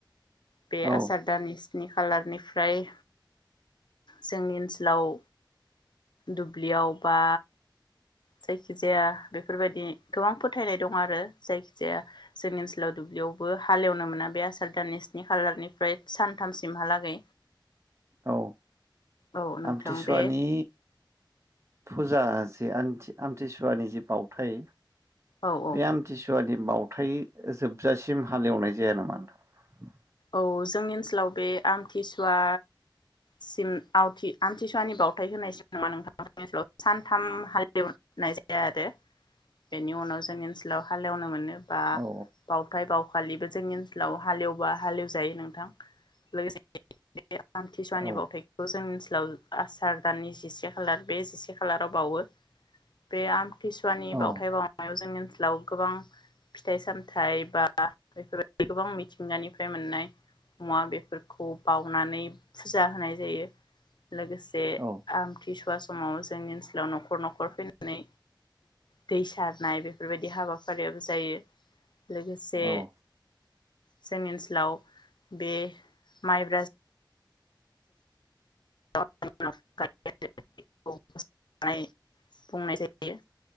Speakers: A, on the left; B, on the right.
A: बे
B: औ
A: आसार दाननि स्न नि खालारनिफ्राय जोंनि ओनसोलाव दुब्लियाव बा जायखिजाया बेफोरबायदि गोबां फोथायनाय दं। आरो जायखिजाया जोंनि ओनसोलाव दुब्लियावबो हालेवनो मोना बे आसार दाननि स्नि खालारनिफ्राय सानथामसिमहालागै।
B: औ
A: औ नोंथां
B: आमथिसुवानि
A: बे
B: फुजा जे आमथि आमथिसुवानि जे बावउथाय
A: औ औ
B: बे आमथिसुवानि बावथाय जोबजासिम हालेवनाय जाया नामा नोंथां?
A: औ जोंनि ओनसोलाव बे आमथिसुवा सिम आवथि आमथिसुवानि बावथाय होनायसिम नामा नोंथां ओनसोलाव सानथाम हालेवनाय जाया आरो बेनि उनाव जोंनि ओनसोलाव हालेवनो मोनो। बा
B: औ
A: बावथाय बाव अखालिबो जोंनि ओनसोलाव हालेवबा हालेवजायो नोंथां लोगोसे बे आमथिसुवानि
B: औ
A: बावथायखौ जों <unintelligible> आसार दाननि जि से खालार बे जि से खालाराव बावो। बे आमथिसुवानि
B: औ
A: बावथाय बावनायाव जों लाव गोबां फिथाइ सामथाइ बा बेफोर बायदि गोबां मिथिंगानि फ्राय मोननाय मुवा बेफोरखौ बाउनानै फुजा होनाय जायो। लोगोसे
B: औ
A: आमथि सुवा समाव जोंनि ओनसोलाव न'खर न'खर फैनानै दै सारनाय बेफोर बायदि हाबाफारियाबो जायो। लोगोसे
B: औ
A: जोंनि ओनसो लाव बे माइब्रा जो <unintelligible> बुंनाय जायो।